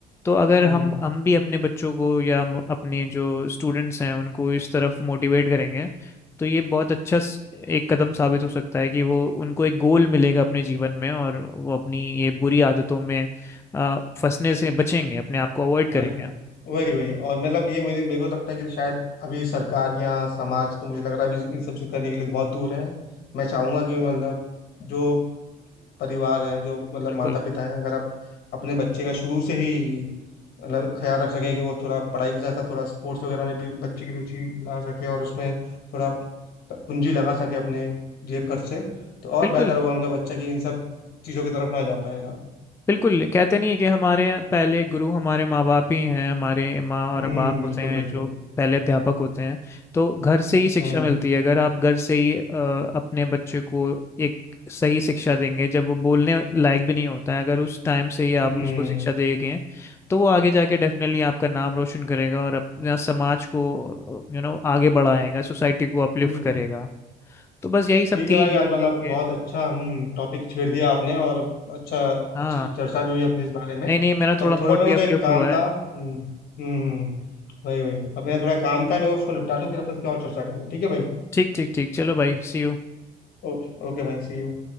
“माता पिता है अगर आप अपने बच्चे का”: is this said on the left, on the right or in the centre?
Left